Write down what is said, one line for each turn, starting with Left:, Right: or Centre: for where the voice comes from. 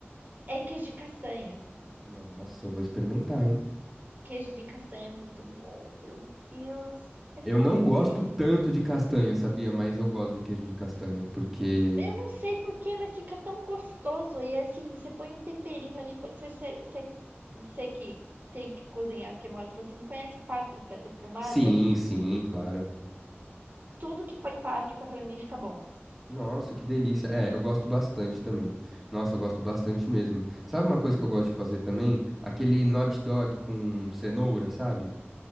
Right: é queijo de castanha.
Centre: Nossa, eu vou experimentar, hein?
Right: Queijo de castanha é muito bom, meu Deus, é
Centre: Eu
Right: maravilhoso.
Centre: não gosto tanto de castanha, sabia? Mas eu gosto de queijo de castanha, porque...
Right: Eu não sei porquê, mas fica tão gostoso. E assim, você põe um temperinho ali. pode- Você, você, você, você que tem que cozinhar porque mora sozinho, conhece páprica defumada?
Centre: Sim, sim, claro.
Right: Tudo que põe páprica pra mim fica bom.
Centre: Nossa, que delícia. É, eu gosto bastante também. Nossa, eu gosto bastante mesmo. Sabe uma coisa que eu gosto de fazer também? Aquele hot dog com cenoura, sabe?